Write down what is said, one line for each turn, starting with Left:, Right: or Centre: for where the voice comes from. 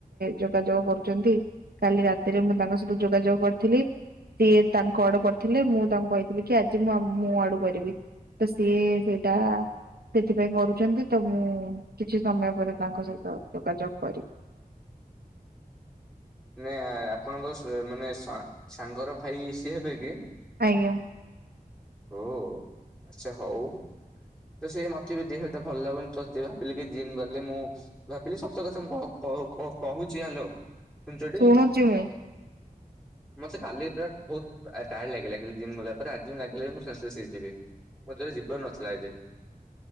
Right: ଯୋଗାଯୋଗ କରୁଚନ୍ତି କାଲି ରାତିରେ ମୁଁ ତାଙ୍କ ସହିତ ଯୋଗାଯୋଗ କରିଥିଲି ସିଏ ତାଙ୍କ ଅଡୁ କରିଥିଲେ ମୁଁ ତାଙ୍କୁ କହିଥିଲି କି ଆଜି ମୁଁ ମୋ ଆଡୁ କରିବି। ତ ସିଏ ସେଇଟା ସେଥିପାଇଁ କରୁଚନ୍ତି ତ ମୁଁ କିଛି ସମୟ ପରେ ତାଙ୍କ ସହିତ ଯୋଗାଯୋଗ କରିବି।
Centre: ନା ଆପଣଙ୍କ ମାନେ ସାଙ୍ଗର ଭାଇ ସିଏ ହେବେ କି?
Right: ଆଜ୍ଞା।
Centre: ଓ ଆଛା ହଉ। ତ ସେ ମତେ ବି ଦିହଟା ଭଲ ଲାଗୁନି ତ ହେତ ଭାବିଲି କି ଜିମ୍ ଗଲେ ମୁଁ ଭାବିଲି ସତ କଥା ମୁଁ କ କହ କ କହୁଚି ହ୍ୟାଲୋ ଶୁଣୁଚ ଟି?
Right: ଶୁଣୁଛି ମୁଁ
Centre: ମତେ କାଲି ପୁରା ବହୁତ ଟାୟାଡ ଲାଗିଲା ଜିମ୍ ଗଲା ପରେ ଆଜି ମୁ ଲା ଗିଲା କି ମୁଁ ସେନ୍ସଲେସ ହେଇଯିବି ମୋ ଦେହରେ ଜୀବନ ନଥିଲା ଏଠି।